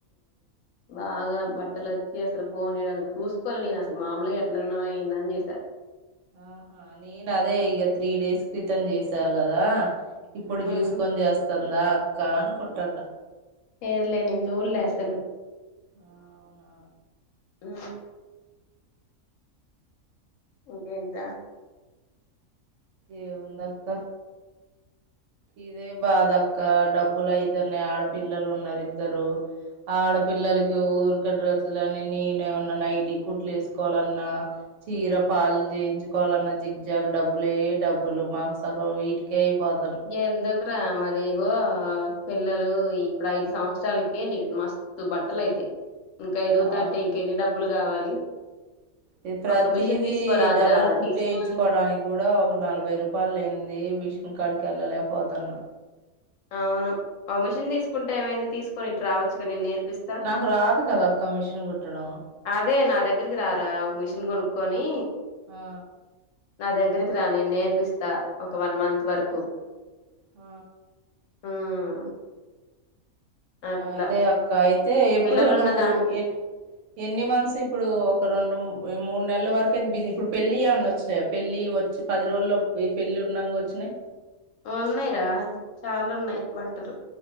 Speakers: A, on the left; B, on the right.
A: బాగా బట్టలు వచ్చి అసలు ఫోన్ చేయడానికి చూసుకోవాలి నేను అసలు మామూలుగా ఎట్లాన్నా అయంద అని చేసారు
B: ఆహా నేను అదే ఇక త్రీ డేస్ క్రితం చేసా కదా ఇప్పుడు
A: ఉమ్
B: చూసుకొని చేస్తది అందా అక్క అనుకుంటాన్న
A: లేదు లే నేను చూడలే అసలు
B: ఆ అవునా
A: అ ఇంకేంత
B: ఏ వందా అక్క ఇదే బాధక్క డబ్బులు అయితనే ఆడపిల్లలు ఉన్నారు ఇద్దరు ఆడపిల్లలకి ఊరు డ్రెస్లుని నేను ఏమన్నా నైటి కుట్లు వసుకోవాలన్నా చీర పాలు చేయించుకోవాలన్నా జిగ్ జాగ్ డబ్బులే డబ్బులు మాకు స వీటికే అయిపోత
A: ఎందుకు రా మరి ఇగో పిల్లలు ఇప్పుడు ఐదు సంవత్సరాలకే నీకు మస్తు బట్టలు అయితాయి ఇంకా ఎదుగుతంటే
B: ఆ
A: ఇంక ఎన్ని డబ్బులు కావాలి
B: ఇది ప్రతిది
A: ఒక మిషన్ తీసుకోరాదురా
B: డబల్ కుట్టేయించుకోవడానికి
A: తీసుకొని
B: కూడా ఒక నలభై రూపాయలు అయింది మిషన్ కాడికి వెళ్ళలేపోతున్నా
A: అవును ఒక మిషన్ తీసుకుంటే ఏమైంది తీసుకుని ఇటు రావచ్చు కద నేను నేర్ పిస్తా
B: నాకు రాదు కదా అక్క మిషన్ కుట్టడం
A: అదే నా దగ్గరికి రారా ఒక మిషన్ కొనుక్కొని
B: ఆ
A: నా దగ్గరికి రా నేను నేర్పిస్తా ఒక వన్ మంత్ వరకు
B: ఆ
A: హ్మ్ అట్లా
B: అదే అక్క ఇ అయితే ఎప్పుడు
A: పిల్లలున్న
B: నువ్వు
A: దానికి
B: ఎ ఎన్ని మంత్స్ ఇప్పుడు ఒక రెండు మూడు నెలల వరక అయితే బిజి ఇప్పుడు పెళ్లి ఏమైనా వచ్చినాయి పెళ్లి వచ్చి పది రోజుల్లో ఈ పెళ్లి ఉండంగా వచ్చినాయి
A: ఉన్నాయిరా చాలా ఉన్నాయి బట్టలు